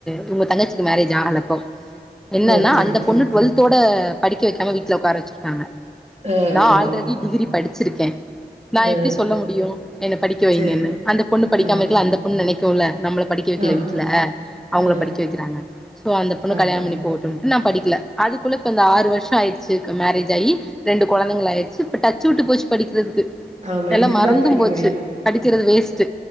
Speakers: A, in the centre; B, on the right.
A: இவுங்க தங்கச்சிக்கு மேரேஜ் ஆகல அப்போ என்னன்னா
B: ஓகே,
A: அந்த
B: ஓகே.
A: பொண்ணு டுவெல்த்தோட படிக்க வெக்காம வீட்ல ஒக்கார வச்சிருக்காங்க
B: ஆ,
A: நா
B: ஆ.
A: ஆல்ரெடி டிகிரி படிச்சிருக்கே நா
B: ஆ
A: எப்டி சொல்ல முடியு என்ன படிக்க வைங்கன்னு
B: சரி
A: அந்த பொண்ணு படிக்காம
B: ஆமா
A: இருக்குல அந்த பொண்ணு நெனக்குல்ல நம்மள படிக்க க வைக்கல
B: ஆமா
A: வீட்ல அவுங்கள
B: ஆ
A: படிக்க வக்கிறாங்க சோ அந்த பொண்ணு
B: அதான்
A: கல்யாண பண்ணி போகட்டுன் நா படிக்கல அதுக்குள்ள இப்ப இந்த ஆறு வருஷொ ஆயிடுச்சு க மேரேஜ் ஆயி ரெண்டு கொழந்தைங்கலாயிடுச்சு இப்ப டச் வுட்டு போச்சு படிக்கிறதுக்கு
B: ஆமா
A: எல்லா
B: இதுக்கு
A: மறந்தும்
B: மேல படிக்க
A: போச்சு
B: முடியாது
A: படிக்கிறது வேஸ்ட்
B: அ